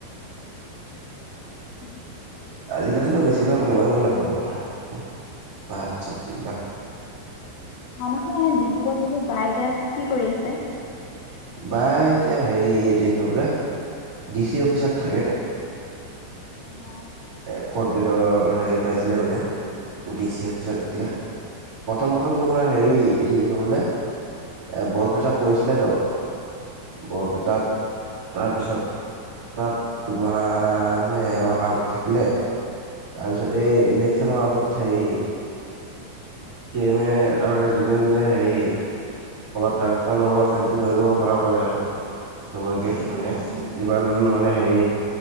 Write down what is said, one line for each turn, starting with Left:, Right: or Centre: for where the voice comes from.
Left: <inaudible>
Right: আজিকালিতো বেছিভাগ মইয়ে বনাওঁ বাৰু ভাতটো ভাত, চব্জিবিলাক।
Left: <unintelligible> ডিব্ৰুগড় বোলো বা এতিয়া কি কৰি আছে?
Right: বাই এতিয়া হেৰি এইটো কি কয় বোলে ডি চি অফিচত থাকে।
Left: আহ
Right: ফ'ৰ্থ গ্ৰেডৰ হেৰি পাইছিলে মানে ডি চি অফিচত কে প্ৰথম প্ৰথম তোমাৰ হেৰি এ কি ক'বলে এ বৰপেটাত পৰিছিলেতো বৰপেটাত তাৰপিছত তাত দুমাহ নে এমাহ কাম থাকিলে। তাৰপিছত এই ইলেকচনৰ আগত হেৰি <unintelligible> তাৰ মানে যোনে যোনে হেৰি ক'ৰবাত ট্ৰানসফাৰ ল'ব আছে যদি লৈ ল'ব পাৰ ক'লে সবকে মানে যিমান মানে হেৰি